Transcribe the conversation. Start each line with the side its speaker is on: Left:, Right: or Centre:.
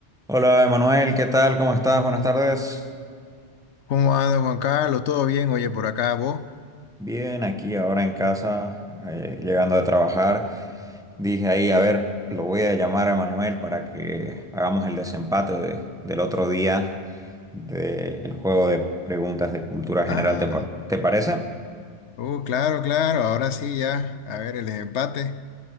Centre: Hola Emanuel, ¿qué tal? ¿Cómo estás? Buenas tardes.
Left: ¿Cómo anda Juan Carlos? ¿Todo bien? Oye, por acá vos.
Centre: Bien, aquí ahora en casa, eh, llegando de trabajar. Dije ahí, a ver, lo voy a llamar a Emanuel para que hagamos el desempate de- del otro día del juego de preguntas de cultura
Left: Ah,
Centre: general. ¿Te, pa- te parece?
Left: uh, claro, claro. Ahora sí ya. A ver, el empate.